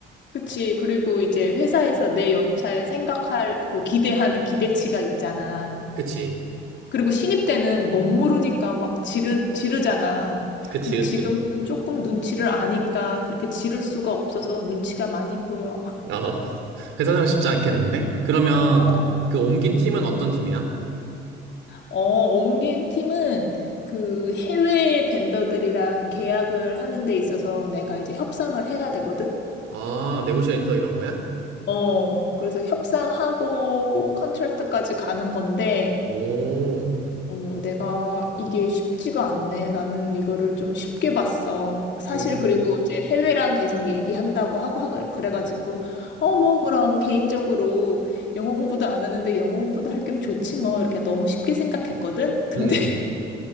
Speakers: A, on the left; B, on the right.
A: 그치. 그리고 이제 회사에서 내 연차에 생각할, 그 기대하는 기대치가 있잖아.
B: 그치.
A: 그리고 신입 때는 멋모르니까 막 지르, 지르잖아.
B: 그치,
A: 근데 지금은
B: 그치.
A: 조금 눈치를 아니까 그렇게 지를 수가 없어서 눈치가 많이 보여.
B: 어, <laughs> 회사 생활 쉽지 않겠는데? 그러면
A: 어,
B: 그 옮긴 팀은 어떤 팀이야?
A: 어, 옮긴 팀은 그 해외 벤더들이랑 계약을 하는 데 있어서 내가 이제 협상을 해야 되거든?
B: 아, 네고시에이터 이런 거야?
A: 어, 그래서 협상하고 컨트랙트까지 가는 건데,
B: 오,
A: 어, 내가 이게 쉽지가 않네. 나는 이거를 좀 쉽게 봤어. 사실
B: 음,
A: 그리고 이제 해외랑 계속 얘기한다고 하고 하 그래가지고, 어, 뭐 그럼 개인적으로 영어 공부도 안 하는데 영어 공부도 할 겸 좋지 뭐 이렇게 너무 쉽게 생각했거든? <laughs> 근데
B: 음,